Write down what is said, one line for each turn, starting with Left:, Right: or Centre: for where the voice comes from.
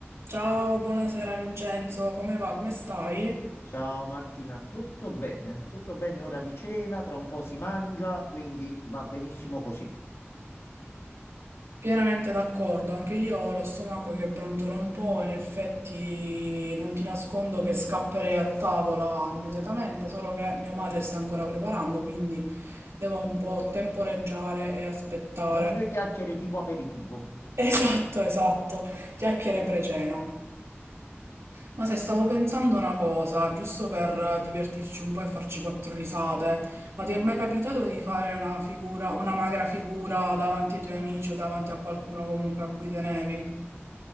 Right: Ciao, buonasera Vincenzo, come va? Come stai?
Left: Ciao Martina, tutto bene? Tutto bene, ora di cena, tra un po' si mangia, quindi va benissimo così.
Right: Pienamente d'accordo, anche io ho lo stomaco che brontola un po', in effetti non ti nascondo che scapperei a tavola immediatamente, solo che mia madre sta ancora preparando, quindi devo un po' temporeggiare e aspettare.
Left: Facciamo due
Right: <laughs>
Left: chiacchiere tipo aperitivo.
Right: Esatto, esatto, chiacchiere pre-cena. Ma se stavo pensando una cosa, giusto per eh, divertirci un po' e farci quattro risate, ma ti è mai capitato di fare una figura, una magra figura davanti ai tuoi amici o davanti a qualcuno comunque a cui tenevi?